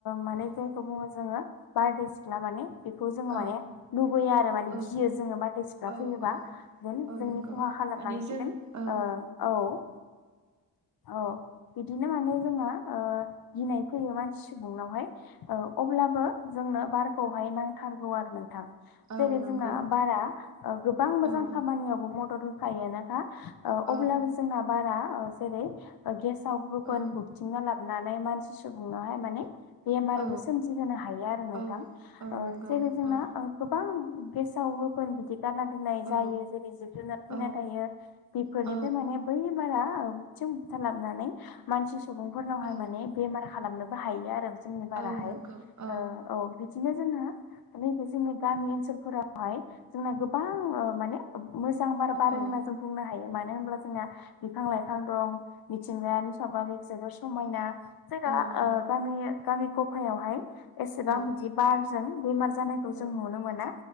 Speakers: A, on the left; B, on the right.
A: माने जायखौ
B: औ
A: बुंङो जोंङो बारदै सिख्ला माने बेखौ जोंङो
B: औ
A: माने लुुबैया आरो माने
B: औ
A: गियो जोंङो बारदै सिख्ला
B: औ
A: फैयोबा
B: औ
A: जों
B: औ
A: जोंनि
B: नंगौ
A: खहा खालामनांसिगोन
B: माने जों औ
A: ओ औ औ बिदिनो माने जोंना ओ गिनाय फैयो मानसि सुबुंनावहाय औ अब्लाबो जोंनो बारखौहाय नांथारगौ आरो नोंथां
B: औ
A: जेरै
B: नंगौ
A: जोंना बारा ओ गोबां मोजां
B: औ
A: खामानियावबो मदद होखायोनोखा ओ
B: औ
A: अब्लाबो जोंना बारा ओ जेरै गेसाव गुबुन
B: औ
A: बुगथिंना लाबोनानै नै मानसि सुबुंनोहाय माने बेमारबो
B: औ
A: सोमजिहोनो हायो आरो नोंथां
B: औ औ
A: ओ
B: नंगौ
A: जेरै जों जोंना
B: औ
A: ओ गोबां गेसाव गोफोन बिदि गारना दोननाय जायो
B: औ
A: जेरै जिब जुनार
B: औ
A: थैना थायो बेफोरनिफ्राय
B: औ
A: माने था ओब बुथिं बुथा लाबोनानै मानसि सुबुंफोरनावहाय
B: औ
A: माने बेमार खालामनोबो हायो आरो जोंनि बाराहाय
B: औ नंगौ
A: ओ
B: औ
A: औ बिदिनो जोंङो नैबे जोंनि गामि ओनसोलफोराव हाय जोंना गोबां ओ माने मोजां बार बारो
B: औ
A: होनना
B: नंगौ औ
A: जों बुंनो हायो मानो होनब्ला जों ना बिफां लाइफां दं मिथिंगायारि सावगारि जोबोर समायना जोंना
B: औ नंगौ
A: ओ गामि गफायावहाय एसेबां
B: औ
A: बिदि बारजों बेमार जानायखौ
B: औ
A: जों नुनो मोना